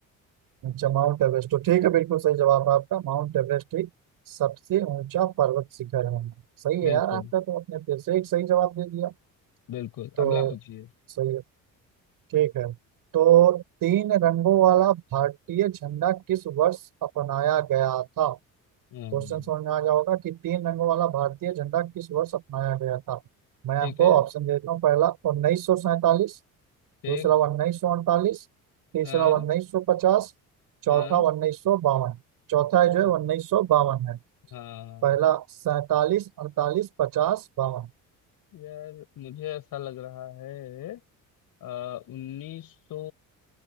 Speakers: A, on the right; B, on the left.
A: अच्छा माउंट एवरेस्ट तो ठीक है बिल्कुल सही जवाब है आपका माउंट एवरेस्ट ही सबसे ऊंचा पर्वत शिखर है सही है
B: बिल्कुल
A: यार आपका तो आपने फिर से एक सही जवाब दे दिया
B: बिल्कुल
A: तो
B: अगला पूछिए
A: सही है ठीक है तो तीन रंगों वाला भारतीय झंडा किस वर्ष अपनाया गया था
B: हम्म
A: क्वेश्चन समझ में आ गया होगा कि तीन रंगों वाला भारतीय झंडा किस वर्ष अपनाया गया था मैं
B: ठीक
A: आपको
B: है
A: ऑप्शन दे देता हूँ पहला उन्नीस सौ सैतालीस
B: ठीक
A: दूसरा उन्नीस सौ अड़तालीस तीसरा
B: हाँ
A: उन्नीस सौ पचास चौथा
B: हाँ
A: उन्नीस सौ बावन चौथा जो
B: हाँ
A: है उन्नीस सौ बावन है
B: हाँ।
A: पहला सैतालीस अड़तालीस पचास बावन
B: यार मुझे ऐसा लग रहा है उन्नीस सौ